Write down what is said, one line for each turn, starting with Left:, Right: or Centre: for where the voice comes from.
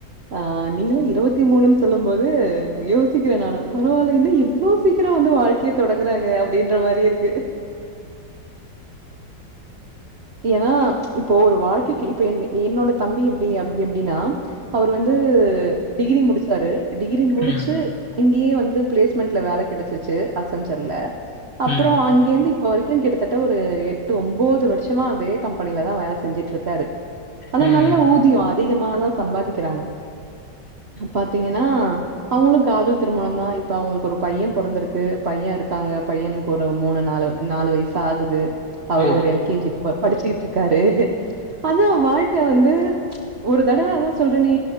Right: ஆ நீங்களாம் இருவத்தி மூணுன்னு சொல்லும் போது யோசிக்கிறேன் நானும் பரவாயில்ல இன்னா இவ்ளோ சீக்கிரம் வந்து வாழ்க்கையை தொடங்குறாங்க அப்டின்ற மாரி இருக்கு ஏனா இப்போ ஒரு வாழ்க்கைக்கு இப்ப என் என்னோட தம்பி எப்டி அப்டி அப்டின்னா அவரு வந்து டிகிரி முடிச்சாரு டிகிரி முடிச்சு
Left: ம்
Right: அங்கயே வந்து பிளேஸ்மென்ண்ட்ல வேல கிடைச்சிருச்ச அசஞ்சர்ல அப்றோ
Left: ம்
Right: அங்க இங்க இருந்து இப்ப வரைக்கும் கிட்டத்தட்ட ஒரு எட்டு ஒன்பது வருஷமா அதே கம்பெனில தான் வேல செஞ்சுட்டு இருக்காரு ஆனா
Left: ம்
Right: நல்ல ஊதியம் அதிகமாதான் சம்பாதிக்கிறாங்க பாத்தீங்கன்னா அவங்களும் காதல் திருமண தான் இப்ப அவங்களுக்கு ஒரு பையன் பொறந்திருக்கு பையன் இருக்காங்க பையனு ஒரு மூணு நாலு நாலு வயசு ஆகுது அவரும்
Left: ஓ
Right: ஒரு எல் கே ஜி படிச்சுக்கிட்டு இருக்காரு அதான் வாழ்க்கை வந்து ஒரு தடவ அதான் சொல்றனே